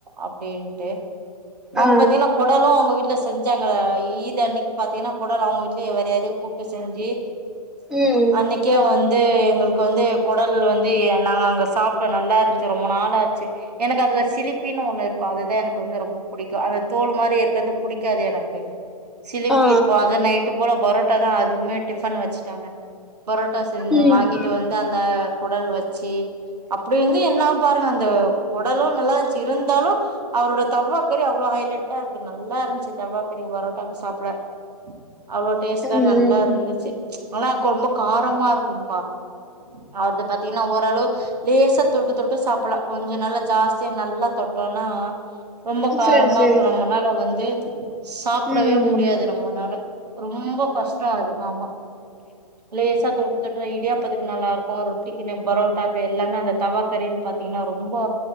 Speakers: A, on the right; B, in the centre.
A: அப்டின்ட்டு அவுங்க
B: ஆ
A: பாத்தீகனா கொடலு அவுங்க வீட்ல செஞ்சாங்க ஈது அன்னக்கி பாத்தீங்கன்னா குடல் அவுங் வீட்லே வேற யாரையு கூப்ட்டு செஞ்சி
B: ம்
A: அன்னைக்கி முக்கிய வந்து எங்களுக்கு வந்து குடல் வந்து நாங்க அங்க சாப்ட்டோ நல்லா இருந்துச்சி ரொம்ப நாளாச்சி எனக்கு அதுல சிலிப்பின்னு ஒண்ணு இருக்கு அதுதா எனக்கு வந்து ரொம்ப புடிக்கு அந்த தோல் மாரி இருக்கற்து புடிக்காது எனக்கு <unintelligible>
B: ஆ
A: <unintelligible> இருக்கு அத நைட்டு போல பரோட்டாதா அதுவுமே டிஃபன் வச்சிட்டாங்க பரோட்டா செஞ்ச <unintelligible>
B: ம்
A: நைட் வந்து அந்த குடல் வச்சி அப்டி வந்து என்ன பாருங்க அந்த குடலு நல்லான்ச்சு இருந்தாலு அவரோட தவாக்கறி அவ்ளோ ஹைலட்டா இருக்கு நல்லா இருன்ச்சி தவாக்கறி பரோட்டாக்கு சாப்ட அவ்ளோ டேஸ்ட்டா
B: ம்
A: நல்லா இருந்துச்சி ஆனா ரொம்போ காரமா இருக்கும்பா அவுர்து பாத்திங்கன்னா ஓரளவு லேசா தொட்டு தொட்டு சாப்பலா கொஞ்சோ நால்லா ஜாஸ்தியா நல்லா தொட்டோனா ரொம்ப
B: ம்
A: காரமா
B: சேரி சேரி
A: இருக்கு நம்முனால வந்து சாப்புடவே
B: ம்
A: முடியாது நம்மனால ரொம்ப கஸ்டோ அது ஆமா லேசா தோட் டுதா இடியாப்பத்துக்கு நல்லாருக்கு ரொட்டிக்கின்னு பரோட்டாக்கு எல்லாமே அந்த தவாக்கரின் பாத்தீங்னா ரொம்போ